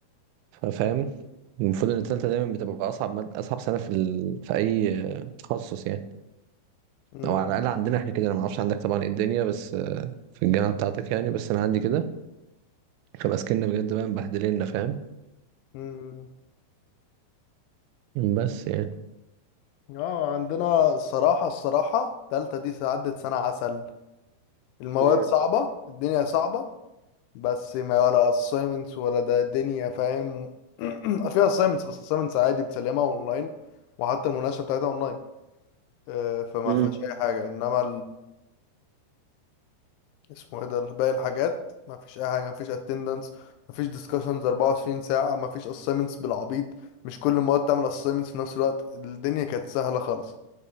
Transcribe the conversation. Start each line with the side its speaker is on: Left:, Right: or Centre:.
Right: فاهم المفروض ان التالته دايما بتبقى اصعب مادة اصعب سنه في ال... في اي تخصص يعني
Left: مم.
Right: او على الاقل عندنا احنا كده انا ما اعرفش عندك طبعا ايه الدنيا بس آه، في الجامعه بتاعتك يعني بس انا عندي كده فبقى سكننا بجد بقى مبهدلنا فاهم
Left: مم.
Right: بس يعني
Left: اه عندنا الصراحة الصراحة تالتة دي عدت سنة عسل المواد
Right: امم
Left: صعبة الدنيا صعبة بس ما ولا assignments ولا ده الدنيا فاهم <clears throat> فيها assignments بس assignments عادي بتسلمها اونلاين وحتى المناقشة بتاعتها اونلاين آه، فما
Right: امم
Left: فيهاش اي حاجة انما اسمه ايه ده باقي الحاجات مفيش اي حاجه مفيش اتندنس مفيش ديسكشنز 24 ساعه مفيش اساينمنتس بالعبيط مش كل المواد تعمل اساينمنتس في نفس الوقت الدنيا كانت سهله خالص